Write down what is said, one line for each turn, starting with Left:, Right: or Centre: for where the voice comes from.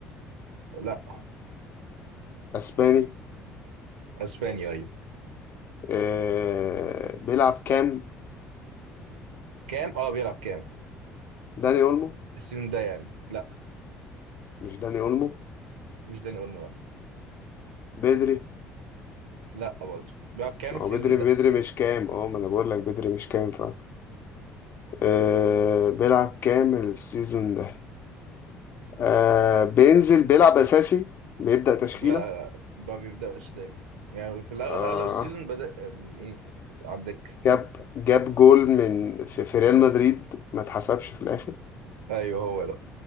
Right: لا
Left: اسباني
Right: اسبانيا ايوه
Left: آه... بيلعب كام
Right: كام اه بيلعب كام
Left: داني اولمو
Right: السيزون ده يعني لا
Left: مش داني اولمو
Right: مش داني اولمو لا
Left: بدري
Right: لا برضه بيلعب كام
Left: ما
Right: السيزون
Left: هو بدري بدري
Right: ده
Left: مش كام اه ما انا بقول لك بدري مش كام فعلا آه... بيلعب كام السيزون ده آه... بينزل بيلعب اساسي بيبدأ تشكيلة
Right: لا لا ما بيبداش دايما يعني في الأغ-
Left: آه...
Right: اغلب السيزون بدا أم، ايه على الدكه
Left: جاب جاب جول من في, في ريال مدريد ما اتحسبش في الاخر
Right: ايوه هو ده